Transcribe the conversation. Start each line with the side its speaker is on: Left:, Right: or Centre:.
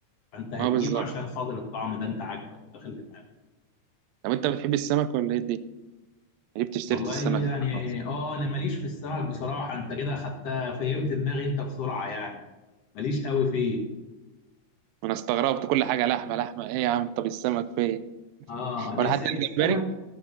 Left: فانت هتجيله
Right: اه بالظبط
Left: عشان خاطر الطعم ده انت عاجبك وداخل دماغك
Right: طب انت بتحب السمك ولا ايه الدنيا جبت اشتريت
Left: والله
Right: السمك
Left: يعني
Right: النهاردة.
Left: اه انا ماليش في السمك بصراحه انت كده اخدتها فهمت دماغي انت بسرعه يعني ماليش قوي فيه
Right: انا استغربت كل حاجه لحمه لحمه ايه يا عم طب السمك فين
Left: اه انا
Right: ولا
Left: نفسي
Right: حتى
Left: يعني السمك
Right: الجمبري